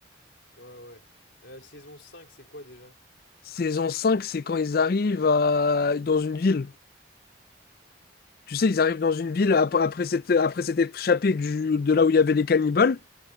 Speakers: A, on the left; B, on the left.
A: Ouais, ouais. Euh, saison 5, c'est quoi déjà?
B: Saison 5 c'est quand ils arrivent à- dans une ville. Tu sais, ils arrivent dans une ville ap- après cette... après s'être échappés du... de là où il y avait les cannibales,